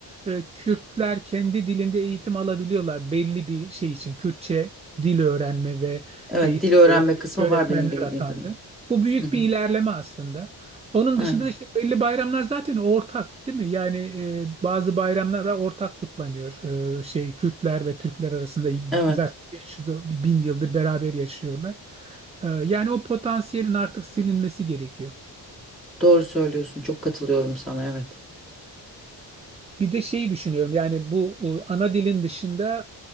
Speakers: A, on the right; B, in the centre.
A: e, Kürtler kendi dilinde eğitim alabiliyorlar belli bir şey için. Kürtçe dil öğrenme ve
B: Evet
A: eğitimlere
B: dil öğrenme
A: Kürtçe
B: kısmı
A: öğretmenler
B: var benim de bildiğim
A: atandı.
B: kadarıyla.
A: Bu büyük
B: Hı hı.
A: bir ilerleme aslında. Onun
B: Aynen.
A: dışında da işte belli bayramlar zaten ortak değil mi? Yani e, bazı bayramlar var ortak kutlanıyor. E, şey Kürtler ve Türkler arasında
B: Evet.
A: zaten 500 bin yıldır beraber yaşıyorlar. E, yani o potansiyelin artık silinmesi gerekiyor.
B: Doğru söylüyorsun. Çok katılıyorum sana. Evet.
A: Bir de şeyi düşünüyorum yani bu e, ana dilin dışında